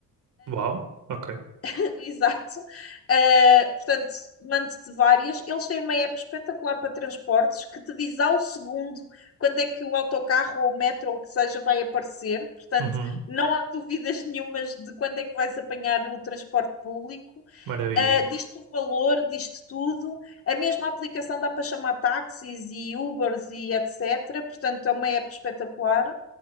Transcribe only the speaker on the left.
<laughs> Exato. Uh, portanto, mando-te várias. Eles têm uma app espetacular para transportes que te diz ao segundo quando é que o autocarro ou o metro ou o que seja vai aparecer. Portanto,
não há dúvidas nenhumas de quando é que vais apanhar o transporte público.
Uh, diz-te o valor, diz-te tudo. A mesma aplicação dá para chamar táxis e Ubers e etc. Portanto, é uma app espetacular.